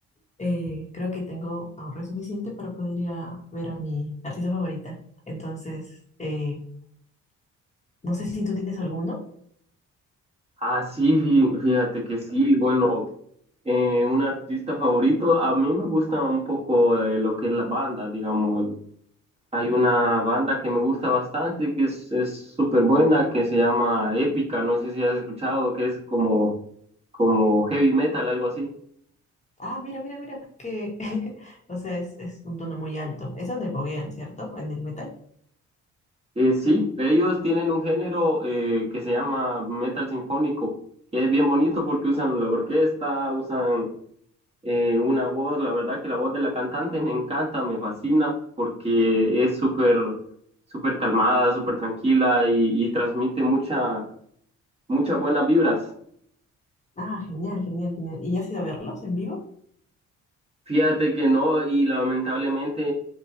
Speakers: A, on the left; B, on the right.
A: eh, creo que tengo ahorro suficiente para poder ir a ver a mi artista favorita. Entonces, eh, no sé si tú tienes alguno.
B: Ah, sí, fí- fíjate que sí, bueno, eh, un artista favorito, a mí me gusta un poco eh, lo que es la banda, digamos. Hay una banda que me gusta bastante, que es es súper buena, que se llama Épica, no sé si has escuchado, que es como, como heavy metal, algo así.
A: Ah, mira, mira, mira, que, <laughs> o sea, es, es un tono muy alto. Es donde poguean, ¿cierto? En el metal.
B: Eh, sí, ellos tienen un género eh, que se llama metal sinfónico, que es bien bonito porque usan la orquesta, usan eh, una voz, la verdad que la voz de la cantante me encanta, me fascina, porque es súper, súper calmada, súper tranquila y, y transmite mucha, muchas buenas vibras.
A: Ah, genial, genial, genial. ¿Y ya has ido a verlos en vivo?
B: Fíjate que no, y lamentablemente